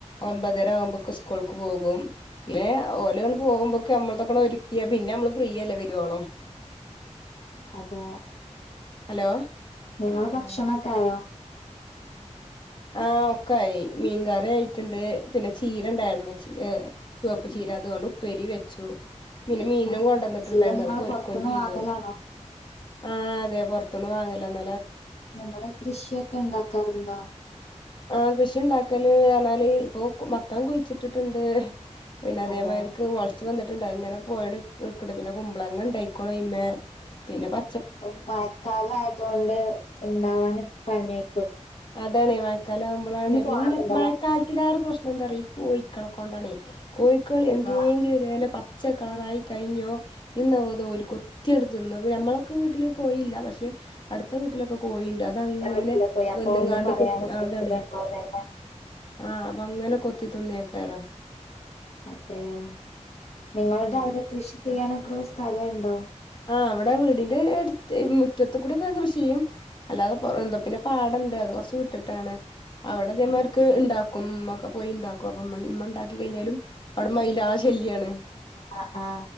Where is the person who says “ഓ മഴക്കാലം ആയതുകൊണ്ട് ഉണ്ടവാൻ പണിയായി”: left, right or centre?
Left